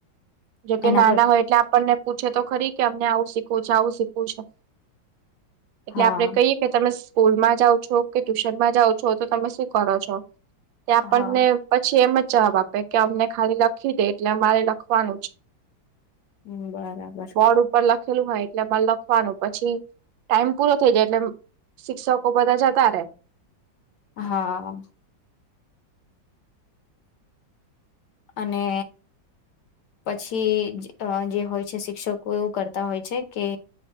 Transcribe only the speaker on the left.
એના
પર
હા
હા
હ બરાબર.
હા. અને પછી જે હોય છે શિક્ષકો એવું કરતા હોય છે કે